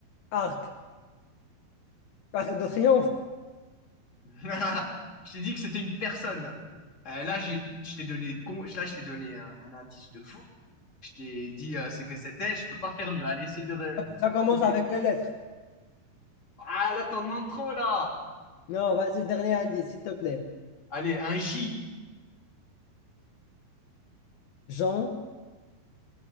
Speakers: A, on the left; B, on the left.
A: arc, arc de triomphe.
B: <laughs> Je t'ai dit que c'était une personne. Euh, là, j'ai, je t'ai donné, con- là, je t'ai donné un, un indice de fou. Je t'ai dit euh, ce que c'était. Je peux pas faire mieux. Allez, essaye de re- de
A: Ça commence
B: trouver.
A: avec quelle lettre?
B: Ah, là, t'en demandes trop, là.
A: Non, vas-y, dernier indice, s'il te plaît.
B: Allez, un J.
A: Jean,